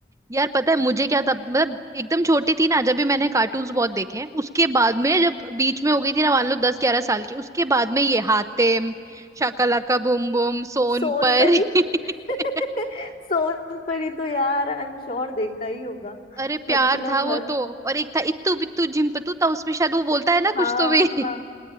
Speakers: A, on the right; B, on the left.
A: यार पता है मुझे क्या था मतलब एकदम छोटी थी ना जब भी मैंने कार्टून्स बहुत देखे हैं उसके बाद में
B: हम्म
A: जब बीच में हो गई थी ना मान लो दस ग्यारह साल की उसके बाद में ये हातिम शाका लाका बूम बूम सोन
B: सोनपरी
A: पर <laughs>
B: <laughs> सोनपरी तो यार आई एम श्योर देखा ही होगा
A: अरे प्यार
B: मतलब
A: था वो
B: हर
A: तो और एक था इत्तू बित्तू झिम्पतू था उसमें शायद वो बोलता है ना
B: हाँ
A: कुछ तो भी <laughs>
B: हाँ